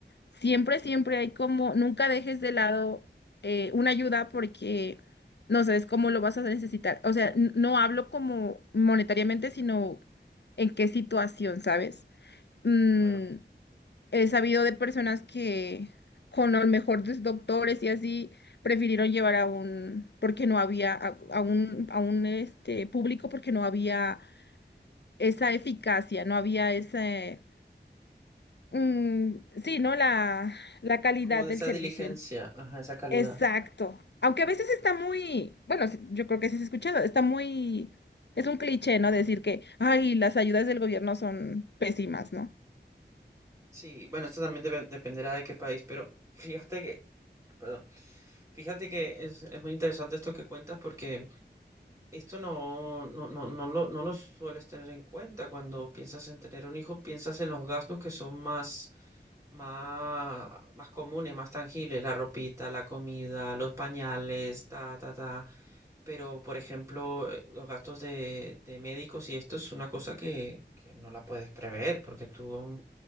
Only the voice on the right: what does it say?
Claro.
Como de
esa
diligencia, ajá, esa calidad.
Sí, bueno, esto también depen- dependerá de qué país, pero fíjate que, perdón, fíjate que es, es muy interesante esto que cuentas porque Esto no, no, no, no lo, no lo sueles tener en cuenta cuando piensas en tener un hijo, piensas en los gastos que son más, más, más comunes, más tangibles, la ropita, la comida, los pañales, ta, ta, ta. Pero, por ejemplo, eh, los gastos de, de médicos y esto es una cosa que, que no la puedes prever, porque tú aún